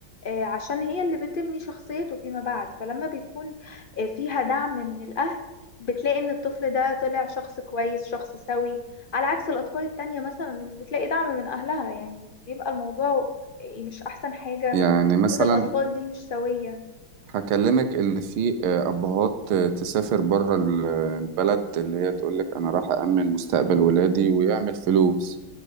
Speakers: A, on the left; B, on the right.
A: آه، عشان هي اللي بتبني شخصيته فيما بعد فلما بيكون آه، فيها دعم من الاهل بتلاقي ان الطفل ده طلع شخص كويس شخص سوي على عكس الاطفال التانية مثلا اللي مش بتلاقي دعم من اهلها يعني بيبقى الموضوع آه، مش احسن حاجة
B: يعني
A: وتكون
B: مثلا
A: الاطفال دي مش سوية
B: هكلمك إن في آه، أبهات آه، تسافر بره ال- البلد اللي هي تقولك أنا راح أأمن مستقبل ولادي ويعمل فلوس